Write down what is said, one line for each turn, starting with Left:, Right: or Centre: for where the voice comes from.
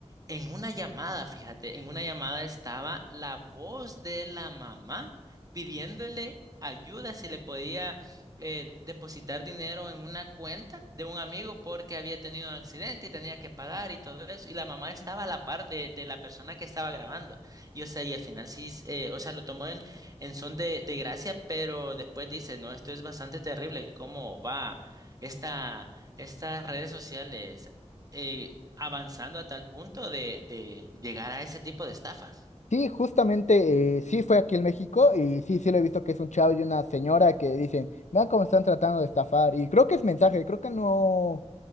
Right: en una llamada, fíjate, en una llamada estaba la voz de la mamá pidiéndole ayuda si le podía eh, depositar dinero en una cuenta de un amigo porque había tenido un accidente y tenía que pagar y todo eso. Y la mamá estaba a la par de, de la persona que estaba grabando. Y o sea, y al final sí, eh, o sea, lo tomó en, en son de, de gracia, pero después dice, no, esto es bastante terrible, cómo va esta, estas redes sociales eh, avanzando a tal punto de, de llegar a ese tipo de estafas.
Left: Sí, justamente, eh, sí fue aquí en México y sí, sí lo he visto que es un chavo y una señora que dicen, vean cómo están tratando de estafar. Y creo que es mensaje, creo que no,